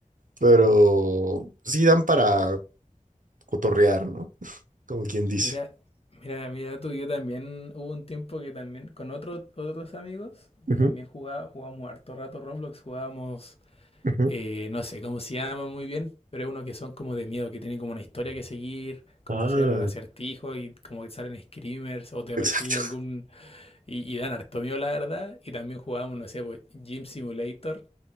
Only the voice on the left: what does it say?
Mira, mira, mira tú, yo también hubo un tiempo que también con otro- otros amigos
también jugaba, jugábamos harto rato Roblox, jugábamos,
eh, no sé cómo se llama muy bien, pero es uno que son como de miedo, que tienen como una historia que seguir, como
hacer acertijos y como que salen screamers o te
persigue algún Y, y dan harto miedo, la verdad. Y también jugábamos, no sé, pues, Gym Simulator.